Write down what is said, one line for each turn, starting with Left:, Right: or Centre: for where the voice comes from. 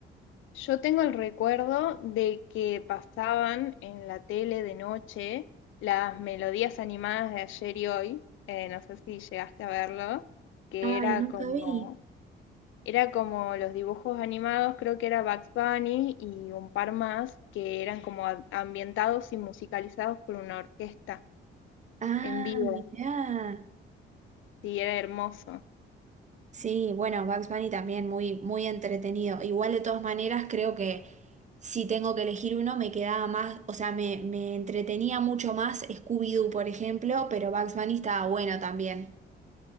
Left: Yo tengo el recuerdo de que pasaban en la tele de noche las melodías animadas de ayer y hoy. eh, no sé si llegaste a verlo, que
Right: Ay,
Left: era
Right: nunca
Left: como,
Right: vi.
Left: era como los dibujos animados, creo que era Bugs Bunny y un par más que eran como a- ambientados y musicalizados por una orquesta
Right: Ah,
Left: en vivo.
Right: mirá.
Left: Sí, era hermoso.
Right: Sí, bueno, Bugs Bunny también muy, muy entretenido. Igual de todas maneras, creo que si tengo que elegir uno, me quedaba más, o sea, me, me entretenía mucho más Scooby-Doo, por ejemplo, pero Bugs Bunny estaba bueno también.